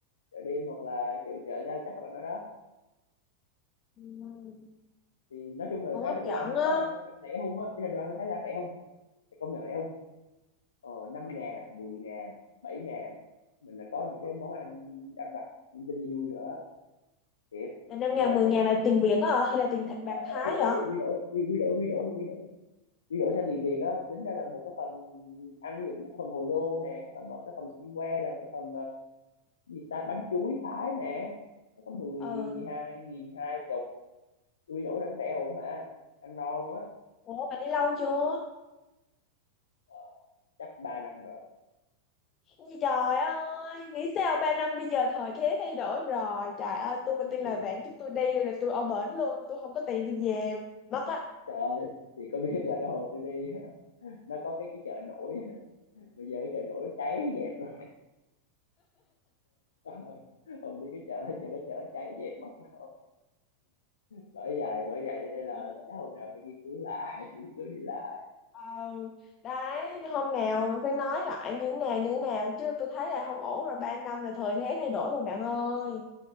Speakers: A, on the left; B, on the left.
A: chợ đêm hoặc là chợ chợ rau chắc là nó đó
B: Ừ.
A: thì nói chung là
B: Cũng
A: cái
B: hấp
A: là đồ
B: dẫn
A: ăn bên
B: á.
A: Thái Lan nó rẻ không á ý là đồ ăn bên Thái Lan rẻ không Phải công nhận rẻ không ờ, 5 ngàn, mười ngàn, bảy ngàn mình là có những cái món ăn ăn vặt linh tinh cho vui nữa, thiệt
B: Là năm
A: Cho
B: ngàn,
A: nên là
B: mười
A: thấy
B: ngàn
A: rất
B: là
A: là
B: tiền Việt á hả? Hay là tiền thật
A: ờ,
B: bạc Thái
A: ấy,
B: vậy?
A: ấy là quy đổi quy, quy đổi quy đổi quy đổi quy đổi sang tiền Việt á tính ra là một cái phần ăn ví dụ một cái phần hồ lô nè hoặc là một cái phần xiên que là một cái phần ờ, cái gì ta bánh chuối Thái nè nó có mười
B: Ừ.
A: nghìn mười hai nghìn hai chục quy đổi đánh rẻ ổn mà ăn no luôn á
B: Ủa bạn đi lâu chưa?
A: Ờ, chắc 3 năm rồi
B: Ôi Trời ơi, nghĩ sao ba năm bây giờ thời thế thay đổi rồi. Trời ơi, tôi mà
A: thì,
B: tin lời bạn chúng tôi đi là tôi ở bển luôn. Tôi không có tiền tôi về mất á.
A: trời ơi, thì có biết là cái hồi tôi đi <laughs> nó có cái cái chợ nổi bây giờ cái chợ nổi cháy dẹp rồi <laughs> hồi đi cái chợ giờ cái chợ cháy dẹp mất rồi bởi vậy bởi vậy cho nên
B: Ừ.
A: là chắc hôm nào phải nghiên cứu lại <laughs> nghiên cứu đi lại
B: Ờ, đấy hôm nào phải nói lại như nào như nào chứ tôi thấy là không ổn rồi ba năm là thời thế thay đổi rồi bạn ơi